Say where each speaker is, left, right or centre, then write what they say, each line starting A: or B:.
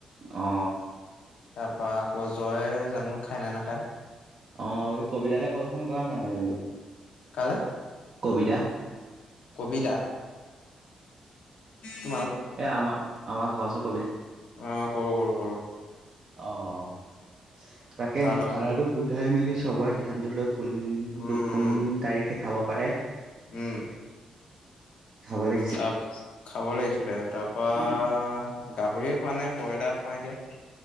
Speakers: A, on the right; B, on the left.
A: অ
B: তাৰ পৰা আকৌ জয় জানো খাই নে নাখায়?
A: অ' সেই কবিতালৈ কচোন কৰা নাই মাজে মাজে
B: কালৈ?
A: কবিদা
B: কবিতা। উম।
A: এ আমা আমাৰ যৰ ওচৰত।
B: অ' কৰো কৰো কৰো।
A: অ' তাকে
B: তাৰ লগা
A: খাৰাটো গোটাই মেলি চবৰে সিদ্ধান্ত লৈ কোন
B: উম, উম।
A: কোন তাৰিখে খাব পাৰে?
B: উম।
A: খাব লাগে।
B: তাত খাব লাগিছিলে তাৰ পৰা
A: অ',
B: গাহৰি খোৱা নে ব্ৰইলাৰ খোৱা এতিয়া?